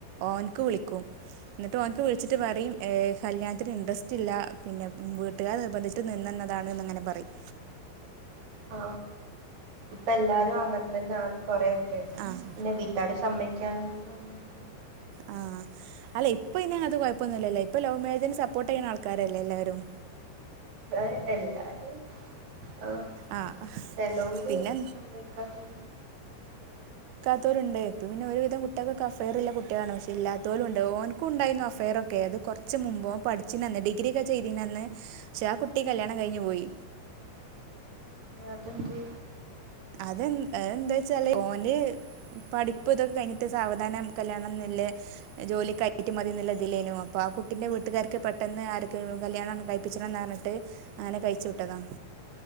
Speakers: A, on the right; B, on the right.
A: ഓൻക്ക് വിളിക്കും, എന്നിട്ട് ഓനക്ക് വിളിച്ചിട്ട് പറയും ഏ കല്യാണത്തിന് ഇൻട്രസ് സ്റ്റില്ല, പിന്നെ വീട്ടുകാർ നിർബന്ധിച്ചിട്ട് നിന്നന്നതാണ്ന്ന് ഇങ്ങനെ പറയും.
B: ആ ഇപ്പ എല്ലാരും അങ്ങനെ തന്നാണ്. കൊറെ ഒക്കെ
A: ആഹ്
B: പിന്നെ വീട്ട്കാര് സമ്മതിക്കാണ്ട് <unintelligible>
A: ആ അല്ല ഇപ്പയ്ന് അങ്ങനത്തെ കൊഴപ്പൊന്നുല്ലല്ലോ ഇപ്പ ലവ് മാരേജിന് സപ്പോർട്ട് ചെയ്യുന്ന ആൾക്കാരല്ലേ എല്ലാരും.
B: ആ എല്ലാരും ആ
A: ആഹ്
B: ചെലോര്
A: പിന്നെ
B: സമ്മതിക്കാത്ത
A: ത്തോലൂണ്ട് ഇപ്പം പിന്നെ ഒരുവിധം കുട്ടികൾക്കൊക്കെ അഫെയർ ഇല്ലെ കു പക്ഷെ ഇല്ലാത്തോലൂണ്ട് ഓൻക്കുണ്ടായിരുന്നു അഫയർ ഒക്കെ അത് കുറച്ച് മുൻമ്പ് പഠിച്ചിനന്ന് ഡിഗ്രി ഒക്കെ ചെയ്തിനന്ന് പക്ഷെ ആ കുട്ടി കല്യാണം കഴിഞ്ഞു പോയി
B: അതന്തേ
A: അതെന്താന്നു വെച്ചാല് ഓന് പഠിപ്പ് ഇതൊക്കെ കഴിഞ്ഞട്ട് സാവധാനം കല്യാണം <unintelligible> ജോലിയൊക്കെ <unintelligible> മതിന്നുള്ള ഇതിലേനു അപ്പൊ ആ കുട്ടിന്റെ വീട്ടുകാർക്ക് പെട്ടെന്ന് ആരൊക്കെ കല്യാണം കഴിപ്പിച്ചണം എന്നണ് പറഞ്ഞിട്ട് അങ്ങനെ കഴിച്ചു വിട്ടതാണ്